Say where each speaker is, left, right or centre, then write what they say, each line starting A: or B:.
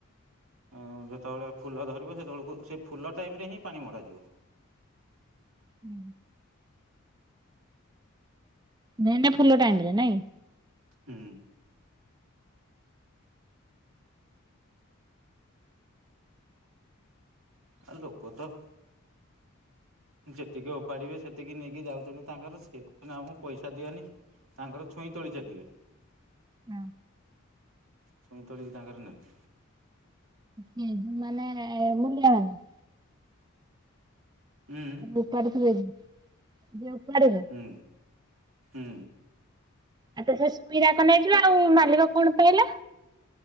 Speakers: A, on the right (about 75°); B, on the right (about 20°).
A: ଅଁ ଯେତେବେଳେ ଫୁଲ ଧରିବ, ସେତେବେଳକୁ ସେ ଫୁଲ ଟାଇମ୍ରେ ହିଁ ପାଣି ମଡ଼ାଯିବ।
B: ହୁଁ। ମେନ୍ ନେ ଫୁଲ ଟାଇମ୍ ରେ ନାଇଁ?
A: ହୁଁ। ଆ ଲୋକ ତ ଯେତିକି ଓପାଡିବେ, ସେତିକି ନେଇକି ଯାଉଛନି ତାଙ୍କର। ସେ କ ଆଉଁ ପଇସା ଦିଅନି। ତାଙ୍କର ଛୁଇଁ ତୋଳି ଚାଲିବେ।
B: ହୁଁ।
A: ଛୁଇଁ ତୋଳିକି ତାଙ୍କର ନେବେ।
B: ହୁଁ, ମାନେ ମୂଲିଆ ମାନେ?
A: ହୁଁ
B: ଉପଡୁଥିଲେ ଯିଏ, ଯିଏ ଉପାଡ଼ିବେ?
A: ହୁଁ ହୁଁ।
B: ଆ ତ ସେ ସୁଇରା କ ନେଇଯିବ ଆଉ। ମାଲିକ କଣ ପାଇଲା?